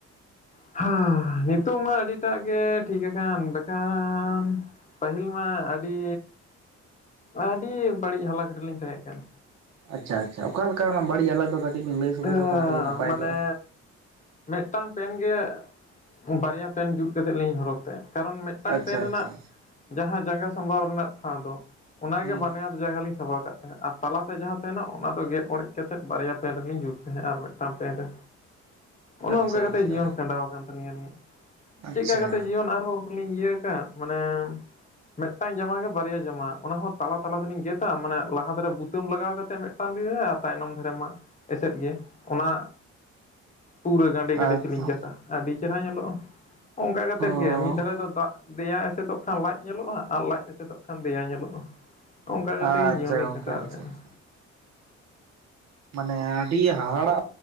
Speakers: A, on the left; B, on the right.
A: ᱦᱟᱸ ᱱᱤᱛᱚᱜ ᱢᱟ ᱟᱹᱰᱤᱴᱟᱜ ᱜᱮ ᱴᱷᱤᱠ ᱟᱠᱟᱱ ᱵᱟᱠᱷᱟᱱ ᱯᱟᱹᱦᱤᱞ ᱢᱟ ᱟᱹᱰᱤ ᱟᱹᱰᱤ ᱵᱟᱹᱲᱤᱡ ᱦᱟᱞᱠ ᱨᱮᱞᱤᱧ ᱛᱟᱦᱮᱸ ᱠᱟᱱᱟ
B: ᱟᱪᱪᱷᱟ ᱟᱪᱪᱷᱟ ᱚᱠᱟ ᱞᱮᱠᱟ ᱚᱱᱟ ᱵᱟᱹᱲᱤᱡ ᱟᱞᱟᱫᱟ ᱫᱚ ᱠᱟᱹᱴᱤᱡᱵᱤᱱ ᱞᱟᱹᱭ ᱥᱚᱫᱚᱨ
A: ᱟ
B: ᱞᱮᱠᱷᱟᱱ ᱟᱹᱰᱤ ᱜᱮ ᱱᱟᱯᱟᱭ
A: ᱢᱟᱱᱮ
B: ᱠᱚᱜᱼᱟ
A: ᱢᱤᱫᱴᱟᱝ ᱯᱮᱱ ᱜᱮ ᱵᱟᱨᱭᱟ ᱯᱮᱱ ᱡᱩᱛ ᱠᱟᱛᱮᱫ ᱞᱤᱧ ᱦᱚᱨᱚᱜ ᱛᱮ ᱠᱟᱨᱚᱱ ᱢᱤᱫᱴᱟᱝ
B: ᱟᱪᱪᱷᱟ
A: ᱯᱮᱱ
B: ᱟᱪᱪᱷᱟ
A: ᱨᱮᱱᱟᱜ ᱡᱟᱦᱟᱸ ᱡᱟᱸᱜᱟ ᱥᱟᱢᱵᱟᱣ ᱨᱮᱱᱟᱜ ᱴᱷᱟᱶ ᱫᱚ ᱚᱱᱟᱜᱮ
B: ᱦᱩᱸ
A: ᱵᱟᱱᱭᱟᱨ ᱡᱟᱸᱜᱟ ᱞᱤᱧ ᱥᱟᱵᱟ ᱟᱠᱟᱫ ᱛᱟᱦᱮᱸᱫ ᱟᱨ ᱛᱟᱞᱟᱛᱮ ᱡᱟᱦᱟᱸ ᱛᱟᱦᱮᱱᱟ ᱚᱱᱟ ᱫᱚ ᱜᱮᱫ ᱚᱲᱮᱡ ᱠᱟᱛᱮᱫ ᱵᱟᱨᱭᱟ ᱯᱮᱱ ᱨᱮᱜᱤᱧ ᱡᱩᱛ ᱛᱟᱦᱮᱸᱫ ᱟᱨ ᱢᱤᱫᱴᱟᱱ ᱯᱮᱱᱴ ᱨᱮ ᱚᱱ ᱚᱱᱠᱟ
B: ᱟᱪᱪᱷᱟ
A: ᱠᱟᱛᱮᱜ
B: ᱟᱪᱪᱷᱟ
A: ᱡᱤᱭᱚᱱ ᱠᱷᱟᱸᱰᱟᱣ ᱟᱠᱟᱱ ᱛᱟᱞᱤᱧᱟ ᱟᱞᱤᱧᱟᱜ
B: ᱟᱪᱪᱷᱟ
A: ᱪᱮᱫ ᱞᱮᱠᱟ ᱠᱟᱛᱮᱫ ᱡᱤᱭᱚᱱ ᱟᱨᱦᱚᱸᱞᱤᱧ ᱤᱭᱟᱹ ᱟᱠᱟᱫ ᱢᱟᱱᱮ ᱢᱤᱫᱴᱟᱝ ᱡᱟᱢᱟ ᱜᱮ ᱵᱟᱨᱭᱟ ᱡᱟᱢᱟ ᱚᱱᱟ ᱦᱚᱸ ᱛᱟᱞᱟ ᱛᱟᱞᱟ ᱛᱮᱞᱤᱧ ᱜᱮᱫᱟᱹ ᱢᱟᱱᱮ ᱞᱟᱦᱟ ᱫᱷᱟᱨᱮ ᱵᱩᱛᱟᱹᱢ ᱞᱟᱜᱟᱣ ᱠᱟᱛᱮᱫ ᱢᱤᱫ ᱯᱟᱞᱤ ᱦᱮᱸ ᱛᱟᱭᱱᱚᱢ ᱫᱷᱟᱨᱮ ᱢᱟ ᱮᱥᱮᱫ ᱜᱮ ᱚᱱᱟ ᱯᱩᱨᱟᱹ ᱜᱟᱸᱰᱮ ᱜᱟᱸᱰᱮ
B: ᱟᱪᱪᱷᱟ
A: ᱛᱮᱞᱤᱧ ᱪᱟᱞᱟᱜᱼ ᱟ ᱟᱹᱰᱤ ᱪᱮᱨᱦᱨᱟ ᱧᱮᱞᱚᱜᱼᱟ ᱚᱝᱠᱟ ᱠᱟᱛᱮᱫ
B: ᱚ
A: ᱜᱮ ᱢᱤᱫ ᱫᱷᱟᱨᱮ ᱫᱚ ᱫᱟᱜ ᱫᱮᱭᱟ ᱮᱥᱮᱫᱚᱜ ᱠᱷᱟᱱ ᱞᱟᱡ ᱧᱮᱞᱚᱜᱼᱟ ᱟᱨ ᱞᱟᱡ ᱮᱥᱮᱫᱚᱜ ᱠᱷᱟᱱ ᱫᱮᱭᱟ ᱧᱮᱞᱚᱜᱼᱟ ᱚᱝᱠᱟ ᱠᱟᱛᱮᱜ
B: ᱟᱪᱪᱷᱟ
A: ᱜᱮ ᱡᱤᱭᱚᱱᱤᱧ
B: ᱜᱚᱝᱠᱮ
A: ᱠᱷᱟᱴᱟᱣᱮᱜ
B: ᱟᱪᱪᱷᱟ
A: ᱛᱟᱸᱦᱮᱱᱟ
B: ᱟᱪᱪᱷᱟ ᱢᱟᱱᱮ ᱟᱹᱰᱤ ᱦᱟᱦᱟᱲᱟᱜ